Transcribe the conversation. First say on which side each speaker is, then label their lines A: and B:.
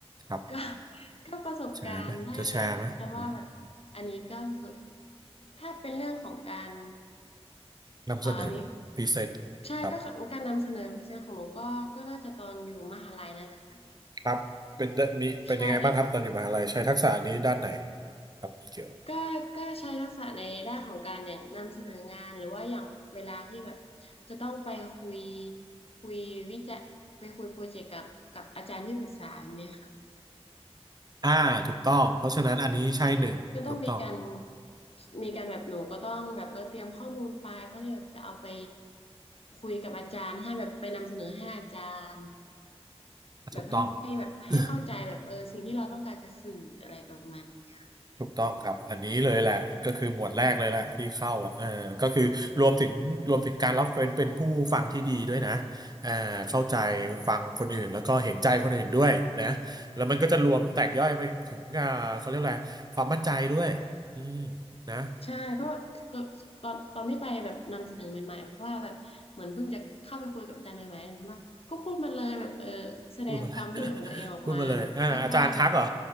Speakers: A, on the right; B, on the left.
A: ครับ
B: <laughs> ก็ก็ประสบการณ์ถ้า
A: แชร์ไหมจะแชร์ไหมอืม
B: จะว่าแบบอันนี้ก็สุดๆถ้าเป็นเรื่องของการ
A: นำเสนอพรีเซนต์ครับ
B: เอ่ออันนี้ใช่ก็คือการนำเสนอพิเศษของหนูก็ก็น่าจะตอนอยู่มหาลัยนั่นแหละค่ะแบบ
A: ครับเป็นได้มีเป็นยังไงบ้างครับตอนอยู่มหาลัยใช้ทักษะนี้ด้านไหน
B: ใช่ได้
A: ครับเกี่ยว
B: ก็ก็ใช้ทักษะในด้านของการอย่างนำเสนองานหรือว่าอย่างเวลาที่แบบจะต้องไปคุยคุยวิจัยไปคุยโปรเจกต์กับกับอาจารย์ที่ปรึกษาแบบเนี้ยค่ะ
A: อ่าถูกต้องเพราะฉะนั้นอันนี้ใช่หนึ่งถูกต้อง
B: ใช่ก็ต้องมีการมีการแบบหนูก็ต้องแบบเออเตรียมข้อมูลไปเพื่อที่แบบจะเอาไปคุยกับอาจารย์ให้แบบไปนำเสนอให้อาจารย์แบบให้ให้แบบให้เข้าใจแบบเออสิ่งที่เราต้องการจะสื่ออะไรประมาณเนี้ย
A: ถูกต้อง <laughs> ถูกต้องครับอันนี้เลยแหละก็คือหมวดแรกเลยแหละที่เข้าอ่ะเออก็คือรวมถึงรวมถึงการรับเป็นเป็นผู้ฟังที่ดีด้วยนะอ่าเข้าใจฟังคนอื่นแล้วก็เห็นใจคนอื่นด้วยนะแล้วมันก็จะรวมแตกย่อยไปถึงอ่าเขาเรียกอะไรความมั่นใจด้วยอืม
B: อ๋อ
A: นะ
B: ใช่เพราะแบบตอนตอนตอนที่ไปแบบนำเสนอใหม่ๆแบบเพราะว่าแบบเหมือนเพิ่งจะเข้าไปคุยกับอาจารย์ใหม่ๆเห็นว่าก็พูดมาเลยแบบเออแสดงความคิดเห็นของตัวเองออกมาแบบกล้าๆหน่อย
A: พูดมาเลย <laughs> พูดมาเลยเอ่าออาจารย์ทักเหรอ